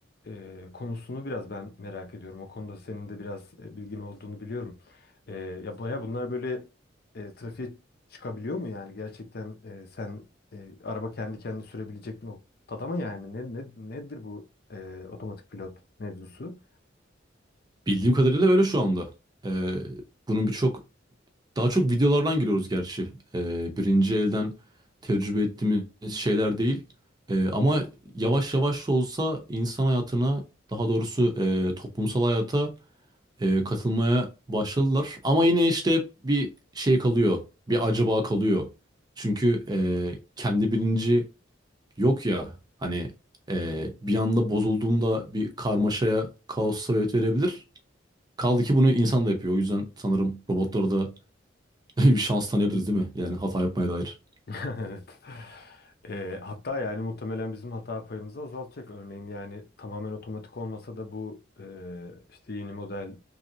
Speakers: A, on the left; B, on the right.
A: e, konusunu biraz ben merak ediyorum. O konuda senin de biraz e, bilgin olduğunu biliyorum. Ee, ya baya bunlar böyle e, trafiğe çıkabiliyor mu yani? Gerçekten e, sen e, araba kendi kendini sürebilecek noktada mı yani? Ne, ne, nedir bu e, otomatik pilot mevzusu?
B: Bildiğim kadarıyla öyle şu anda. E, bunun birçok, daha çok videolardan giriyoruz gerçi. E, birinci elden tecrübe ettiğimiz şeyler değil. E, ama yavaş yavaş da olsa insan hayatına, daha doğrusu e, toplumsal hayata e, katılmaya başladılar. Ama yine işte hep bir şey kalıyor. Bir acaba kalıyor. Çünkü e, kendi bilinci yok ya. Hani e, bir anda bozulduğunda bir karmaşaya, kaosa sebebiyet verebilir. Kaldı ki bunu insan da yapıyor. O yüzden sanırım robotlara da <laughs> bir şans tanıyabiliriz değil mi? Yani hata yapmaya dair.
A: <laughs> Evet. Eee, hatta yani muhtemelen bizim hata payımızı azaltacak. Örneğin yani tamamen otomatik olmasa da bu eee, işte yeni model